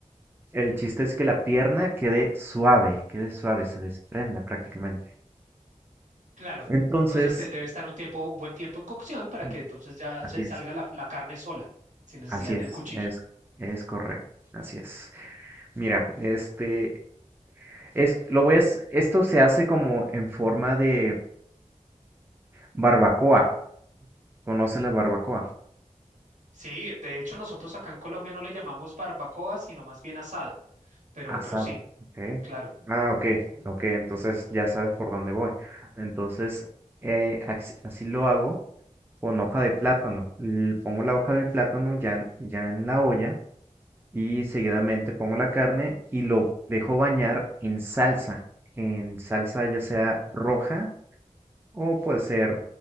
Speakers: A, on the right; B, on the right.
A: El chiste es que la pierna quede suave, quede suave, se desprenda prácticamente.
B: Claro,
A: Entonces,
B: entonces eh, debe estar un tiempo, un buen tiempo en cocción para
A: sí,
B: que entonces ya
A: así
B: se-
A: es,
B: salga la, la carne sola, sin necesidad
A: así es,
B: del cuchillo.
A: es, es correcto, así es. Mira, este, es, lo voy a, hac- esto se hace como en forma de barbacoa. ¿Conoce la barbacoa?
B: Sí, de hecho nosotros acá en Colombia no le llamamos barbacoa, sino más bien asado, pero,
A: Asado,
B: pero sí,
A: Okay.
B: claro.
A: Ah, ok,
B: Ujú.
A: ok, entonces ya sabes por dónde voy. Entonces, eh, ax- así lo hago con hoja de plátano. L- Pongo la hoja del plátano ya, en- ya en la olla. y seguidamente pongo la carne y lo dejo bañar en salsa, en salsa ya sea roja o puede ser,